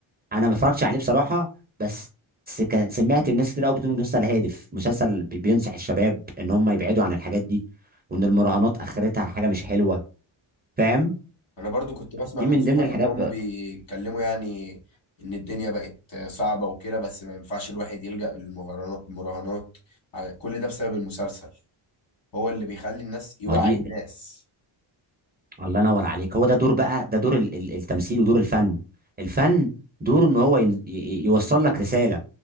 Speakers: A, on the right; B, on the left.
A: انا ما اتفرجتش عليه بصراحه بس بس كان سمعت الناس كتير قوي بتقول إنه مسلسل هادف مسلسل بي- بينصح الشباب ان هم يبعدوا عن الحاجات دي وان المراهنات اخرتها حاجه مش حلوه فاهم
B: أنا برضو كنت بسمع
A: دي
B: من
A: من
B: صحابي
A: ضمن الحاجات
B: إن هما بيتكلموا يعني إن الدنيا بقت صعبة وكده بس ما ينفعش الواحد يلجأ للمهرجانات المراهنات على- كل ده بسبب المسلسل هو اللي بيخلي الناس يوعي
A: ما هو دي
B: الناس
A: الله ينور عليك هو ده دور بقى ده دور ال- ال- التمثيل ودور الفن الفن دوره ان هو ين- ي- يوصل لك رساله